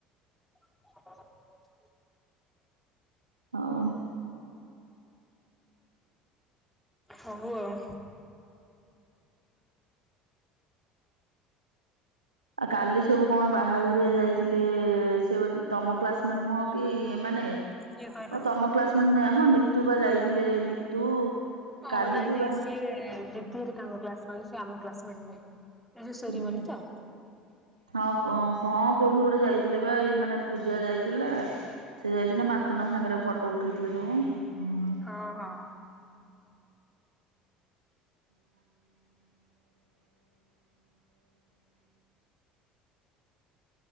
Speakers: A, in the centre; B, on the right.
A: ହ
B: ହଉ।
A: ହୋଉ ଆଉ।
B: ଆଉ କାଲି ସବୁ କଣ ବାହାଘରିଆ ଯାଇଥିଲେ ସେ ତମ କ୍ଲାସମେଟ ନୁହଁ କି ଏମାନେ
A: କିଏ କହିଲ?
B: ଓ ତମ କ୍ଲାସମେଣ୍ଟ ହଁ ନିତୁ ବା ଯାଇଥିଲେ ନିତୁ।
A: ହଁ
B: କାଲିଠି
A: ନାଇଁ ନାଇଁ
B: ବା
A: ସିଏ ଦିଦି ହେରୀଙ୍କା କ୍ଲାସ ମେଣ୍ଟ ସିଏ ଆମ କ୍ଲାସମେଣ୍ଟ ନୁହଁ। ସେରିମନି
B: ହୁଁ ହୁଁ।
A: ତ!
B: ହଁ କଣ କୋଉଠି କୋଉଟେ ଯାଇଥିଲେ ବା ଏଇ ମାନେ ପୂଜା ଯାଇଥିଲା। ସେ ଯାଇଥିଲେ ମାତୁନା ସାଙ୍ଗରେ ଫଟୋ ଉଠେଇଥିଲେ ସବୁ।
A: ହଁ ହଁ।
B: <inaudible>